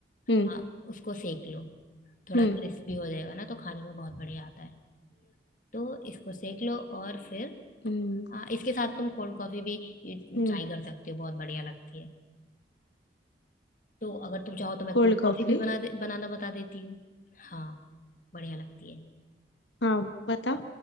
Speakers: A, on the left; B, on the left.
A: हम्म
B: हाँ उसको सेक लो थोड़ा
A: हम्म
B: क्रिस्पी हो जाएगा ना तो खाने में बहुत बढ़िया आता है तो इसको सेक लो और फिर
A: हम्म
B: हाँ इसके साथ तुम कोल्ड कॉफी भी
A: हम्म
B: ट्राई कर सकते हो बहुत बढ़िया लगती है तो अगर तुम चाहो तो मैं
A: Cold
B: कोल्ड
A: coffee
B: कॉफी भी बना दे, बनाना बता देती हूँ हाँ बढ़िया लगती है
A: हाँ बताओ